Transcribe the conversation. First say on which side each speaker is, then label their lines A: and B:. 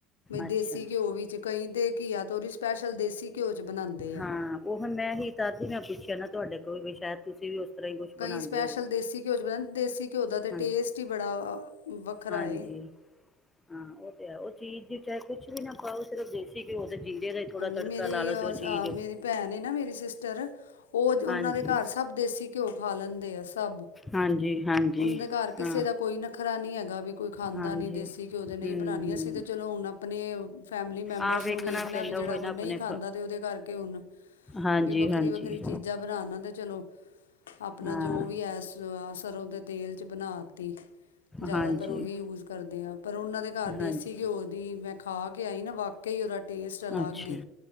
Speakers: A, on the left; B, on the left.
A: ਅੱਛਾ
B: ਦੇਸੀ ਘਿਓ ਵਿੱਚ, ਕਈ ਤਾਂ ਘਿਆ ਤੌਰੀ ਸੁੱਕੀ ਸਪੈਸ਼ਲ ਦੇਸੀ ਘਿਓ 'ਚ ਬਣਾਉਂਦੇ ਆ
A: ਹਾਂ ਉਹ ਹੁਣ ਮੈਂ ਹੀ ਤਦੀ ਮੈਂ ਪੁੱਛਿਆ ਨਾ। ਤੁਹਾਡੇ ਕੋਲ ਵੀ ਸ਼ਾਇਦ ਤੁਸੀਂ ਵੀ ਤਰ੍ਹਾਂ ਹੀ ਕੁਛ
B: ਕਈ
A: ਬਣਾਉਂਦੇ
B: ਸਪੈਸ਼ਲ
A: ਹੋਵੋ।
B: ਦੇਸੀ ਘਿਓ ਚ ਬਣਾਉਂਦੇ ਦੇਸੀ ਘਿਓ ਦਾ ਤਾਂ
A: ਹਾਂਜੀ
B: ਟੇਸਟ ਹੀ ਬੜਾ ਵੱਖਰਾ
A: ਹਾਂਜੀ
B: ਏ
A: ਹਾਂ ਉਹ ਤੇ ਹੈ। ਚੀਜ਼ ਚ ਚਾਹੇ ਕੁਛ ਵੀ ਨਾ ਪਾਓ ਸਿਰਫ ਦੇਸੀ ਘਿਓ ਤੇ ਜੀਰੇ ਦਾ ਥੋੜਾ
B: ਹਾਂਜੀ
A: ਤੜਕਾ
B: ਮੇਰੀ
A: ਲਾ ਲਓ ਤੇ ਉਹ ਚੀਜ਼
B: ਮੇਰੀ ਭੈਣ ਏ ਨਾ ਮੇਰੀ ਸਿਸਟਰ ਉਹ ਉਹਨਾਂ
A: ਹਾਂਜੀ
B: ਦੇ ਘਰ ਸਭ ਦੇਸੀ ਘਿਓ ਖਾ ਲੈਂਦੇ ਆ ਸਭ
A: ਹਾਂਜੀ ਹਾਂਜੀ
B: ਉਹਨਾਂ ਦੇ ਘਰ ਕਿਸੇ
A: ਹਾਂ
B: ਦਾ ਕੋਈ ਨਖਰਾ ਨੀ ਹੈਗਾ। ਵੀ ਕੋਈ ਖਾਂਦਾ
A: ਹਾਂਜੀ
B: ਨੀ ਦੇਸੀ ਘਿਓ ਦੇ ਨਹੀਂ
A: ਹਮ
B: ਬਣਾਨੀਆਂ
A: ਹਮ
B: ਸੀ ਤੇ ਚਲੋ, ਹੁਣ ਆਪਣੇ ਫੈਮਿਲੀ ਮੈਂਬਰਸ
A: ਆਹ
B: ਨੂੰ ਵੇਖਣਾ
A: ਪੈਂਦਾ
B: ਵੀ ਜਿਹੜਾ
A: ਉਹ ਨਾ
B: ਕੋਈ
A: ਆਪਣੇ
B: ਨਹੀਂ ਖਾਂਦਾ ਤੇ, ਉਹਦੇ ਕਰਕੇ ਹੁਣ
A: ਹਾਂਜੀ
B: ਵੀ ਵੱਖਰੀ
A: ਹਾਂਜੀ
B: ਵੱਖਰੀ ਚੀਜ਼ਾਂ ਬਣਾ ਲਾ ਤੇ ਚਲੋ।
A: ਹਾਂ
B: ਆਪਣਾ ਜੋ ਵੀ ਹੈ ਸਰੌਂ ਦੇ ਤੇਲ ਚ ਬਣਾ ਤੀ ਜ਼ਿਆਦਾਤਰ
A: ਹਾਂਜੀ
B: ਉਹੀ ਯੂਜ ਕਰਦੇ ਆ, ਪਰ ਉਹਨਾਂ ਦੇ ਘਰ
A: ਹਾਂਜੀ
B: ਦੇਸੀ ਘਿਓ ਦੀ ਮੈਂ ਖਾ ਆਈ ਨਾ ਵਾਕਈ ਉਹਦਾ ਟੇਸਟ ਅਲੱਗ
A: ਅੱਛਾ
B: ਏ